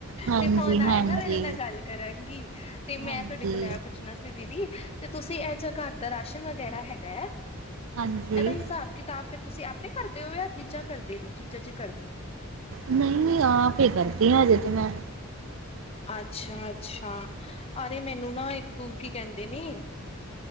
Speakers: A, on the right; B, on the left.
A: ਹਾਂਜੀ
B: ਤੇ ਫੋਨ ਆਏਗਾ,
A: ਹਾਂਜੀ।
B: ਮੈਂ ਇਹਨਾਂ ਨਾਲ ਗੱਲ ਕਰਾਂਗੀ, ਤੇ
A: ਹਾਂਜੀ
B: ਮੈਂ ਤੁਹਾਡੇ ਕੋਲ ਐ ਪੁੱਛਣਾ ਸੀ, ਦੀਦੀ ਤੇ ਤੁਸੀਂ ਇਹ ਜਿਹਾ ਘਰ ਦ ਰਾਸ਼ਨ ਵਗੈਰਾ ਹੈਗਾ ਹੈ।
A: ਹਾਂਜੀ
B: ਇਹਦਾ, ਹਿਸਾਬ-ਕਿਤਾਬ, ਫਿਰ ਤੁਸੀਂ ਆਪੇ ਕਰ। ਉਹ ਆ ਜੀਚਾ ਕਰਦੇ ਨੇ ਚੀਚਾ ਚ <unintelligible>
A: ਨਹੀਂ, ਆਪ ਹੀ ਕਰਤੀ ਹਾਂ, ਹਜੇ ਤੇ ਮੈਂ।
B: ਅੱਛਾ ਅੱਛਾ ਅਰੇ, ਮੈਨੂੰ ਨਾ, ਇੱਕ ਕੀ ਕਹਿੰਦੇ ਨੇ,